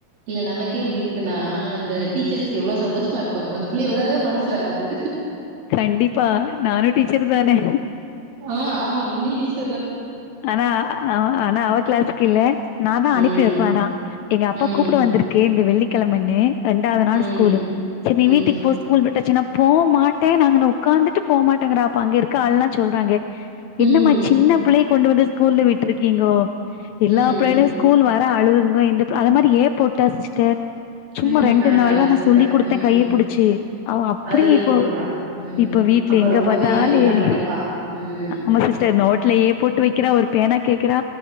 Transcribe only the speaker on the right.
இல்ல நமக்கே இப்டி இருக்குன்னா அந்த டீச்சர்ஸ்க்கு எவ்ளோ சந்தோஷமா இரு க்கு அந்த பிள்ளைய விடவே மனசு வராது
ஆ ஆமா நீங்லு டீச்
ம்
ம்
ம்
ம்
ம்
ம்
ம்
பரவால்ல
சூப்பர்
ம்
அதையே
போட்றா ம்
அப்ப
ரொம்பவே
நல்லா
படிப்பா ம்